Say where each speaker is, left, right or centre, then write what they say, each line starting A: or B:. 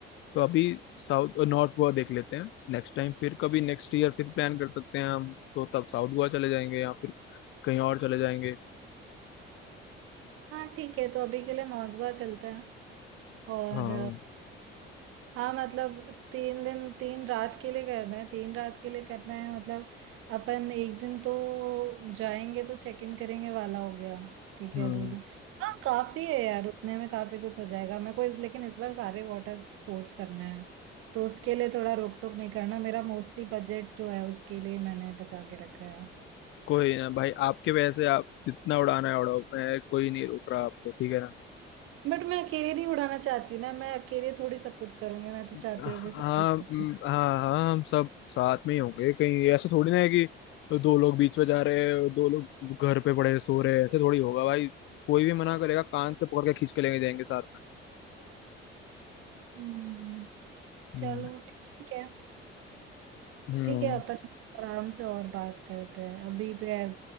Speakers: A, on the left; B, on the right.
A: तो अभी साउथ नॉर्थ गोवा देख लेते हैं नेक्स्ट टाइम फिर कभी नेक्स्ट ईयर फिर प्लान कर सकते हैं हम तो तब साउथ गोवा चले जाएंगे या फिर कहीं और चले जाएंगे
B: हाँ ठीक है तो अभी के लिए नॉर्थ गोवा चलते हैं और
A: हाँ
B: हाँ मतलब तीन दिन तीन रात के लिए करना है तीन रात के लिए करना है मतलब अपन एक दिन तो जाएंगे तो चेक इन करेंगे वाला हो गया ठीक
A: हम्म
B: है दो दिन हाँ काफी है यार उतने में काफी कुछ हो जाएगा मेरे को इस, लेकिन इस बार सारे वाटर स्पोर्ट्स करना है तो उसके लिए थोड़ा रोक टोक नहीं करना मेरा मोस्टली बजट जो है उसके लिए मैंने बचा के रखा है
A: कोई ना भाई आपके वैसे आप जितना उड़ाना है उड़ाओ मैं कोई नहीं रोक रहा आपको ठीक है ना
B: बट मैं अकेले नहीं उड़ाना चाहती ना मैं अकेले थोड़ी सब कुछ करूंगी मैं तो
A: हाँ
B: चाहती हूँ कि सब कुछ
A: हम्म,
B: करूँ।
A: हाँ हाँ हम सब साथ में ही होंगे कहीं ऐसा थोड़ी ना है कि दो लोग बीच में जा रहे हैं दो लोग घर पे पड़े सो रहे हैं ऐसे थोड़ी होगा भाई कोई भी मना करेगा कान से पकड़ के खींच के लेके जाएंगे साथ में
B: हम्म,
A: हम्म
B: चलो ठीक है
A: हम्म
B: ठीक है अपन आराम से और बात करते हैं अभी तो यार